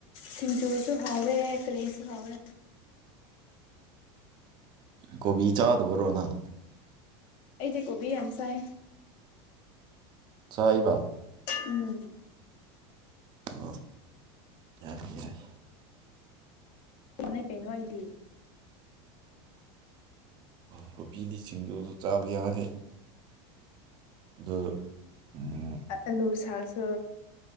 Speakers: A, on the left; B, on the right.
A: ꯁꯤꯡꯖꯨꯁꯨ ꯍꯧꯋꯦ ꯀꯔꯤꯁꯨ ꯍꯥꯎꯋꯦ
B: ꯀꯣꯕꯤ ꯆꯥꯗꯕꯔꯣ ꯅꯪ
A: ꯑꯩꯗꯤ ꯀꯣꯕꯤ ꯌꯥꯝ ꯆꯥꯢ
B: ꯆꯥꯏꯌꯦꯕ
A: ꯎꯝ
B: ꯑꯣ ꯌꯥꯢ ꯌꯥꯢ
A: ꯃꯥꯅꯦ ꯀꯩꯅꯣ ꯑꯩꯗꯤ
B: ꯊꯣꯕꯤꯗꯤ ꯁꯤꯡꯖꯨꯁꯨ ꯆꯥꯕ ꯌꯥꯔꯦ ꯑꯗꯨ ꯎꯝ
A: ꯑꯂꯨ ꯁꯥꯥꯛꯁꯨ